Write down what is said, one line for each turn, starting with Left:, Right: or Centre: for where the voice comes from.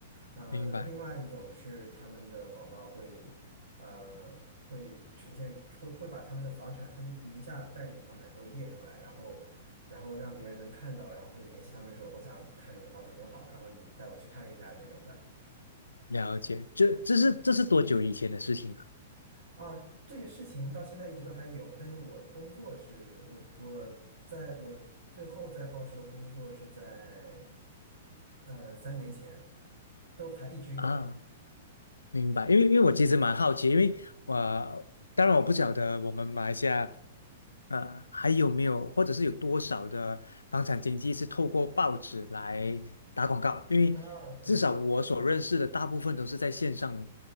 Right: 呃，
Left: 明白，
Right: 另外一种是他们的广告会，呃，会呈现，会会把他们的房产，他们名下代理的房产都列出来，然后，然后让别人能看到，然后会联系他们说，我想看哪个房子很好，然后你带我去看一下这种的。
Left: 了解。这这是这是多久以前的事情啊？
Right: 啊，这个事情到现在一直都还有，但是我工作是，我我在我最后在报社工作是在，呃，三年前，都还一直有。
Left: 啊明白，因为因为我其实蛮好奇，因为我、呃当然我不晓得我们马来西亚，呃，还有没有或者是有多少的房产经纪是透过报纸来打广告，因为至少我所认识的大部分都是在线上
Right: 啊，对，